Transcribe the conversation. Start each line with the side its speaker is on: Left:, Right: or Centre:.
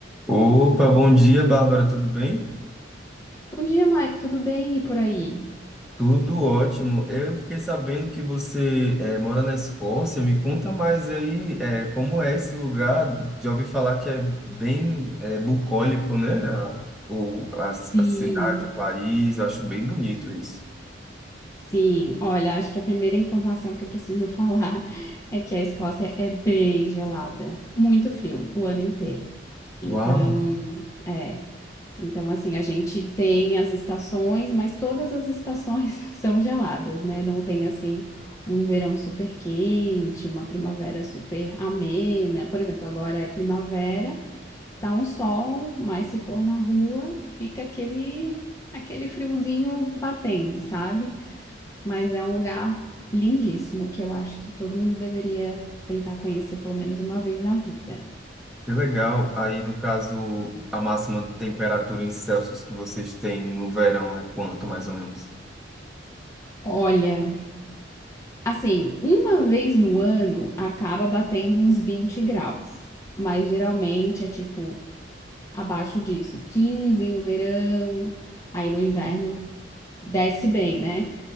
Centre: Opa, bom dia, Bárbara, tudo bem?
Left: Bom dia, Maico, tudo bem? E por aí?
Centre: Tudo ótimo. Eu fiquei sabendo que você eh, mora na Escócia. Me conta mais aí eh, como é esse lugar. Já ouvi falar que é bem eh, bucólico, né? A, o, a, a
Left: Sim,
Centre: cidade, o país. Eu acho bem bonito isso.
Left: sim. Olha, acho que a primeira informação que eu preciso falar <laughs> é que a Escócia é bem gelada, muito frio o ano inteiro. Então,
Centre: Uau,
Left: é, então assim, a gente tem as estações, mas todas as estações <laughs> são geladas, né? Não tem assim um verão super quente, uma primavera super amena. Por exemplo, agora é primavera. Tá um sol, mas se for na rua, fica aquele aquele friozinho batendo, sabe? Mas é um lugar lindíssimo que eu acho que todo mundo deveria tentar conhecer pelo menos uma vez na vida.
Centre: que legal. Aí, no caso, a máxima temperatura em Celsius que vocês têm no verão é quanto, mais ou menos?
Left: Olha, assim, uma vez no ano acaba batendo uns 20 graus, mas geralmente é tipo abaixo disso, 15 no verão, aí no inverno desce bem, né?